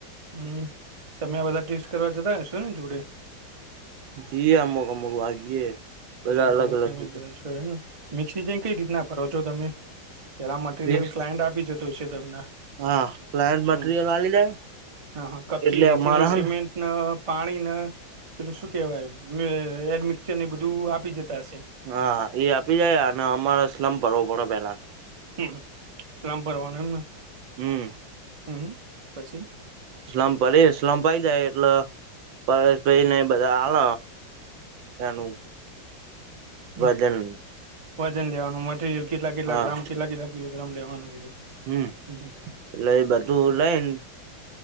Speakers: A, on the right; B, on the right.
A: હમ તમે આ બધા ટેસ્ટ કરવા જતા હશો ને જોડે?
B: જીએ અમુક-અમુક વાર જીએ બધા
A: અમુક
B: અલગ-અલગ
A: અમુક ટાઈમે
B: <unintelligible>
A: જો મિક્સ ડિઝાઇન કઈ રીતના કરો છો તમે? પેલા મટીરિયલ
B: ફિક્સ
A: ક્લાયન્ટ આપી જતો હસે તમન
B: હા ક્લાયન્ટ મટીરિયલ
A: હમ,
B: આલી જાય
A: હા હા કપચી,
B: એટલે
A: રેતી
B: અમારા
A: ને સિમેન્ટ
B: હ
A: ન પાણીન પેલું શું કેવાય એડમિકચરને એ બધુ ધું આપી જતા હશે.
B: હા એ આપી જાય અન અમાર સ્લમ ભરવો પડ પેલા.
A: હમ સ્લમ ભરવાનો એમન,
B: હમ,
A: હમ્મ, પછી?
B: સ્લમ પડી સ્લમઈ જાય એટલે પ પને બધા આલ... એનું...
A: હમ્મ
B: વજન
A: વજન લેવાનું મટીરિયલ... કેટલા કેટલા
B: હા
A: ગ્રામ કેટલા કેટલા કિલો ગ્રામ લેવાનું હ...
B: હમ એટલે એ બધું લઈને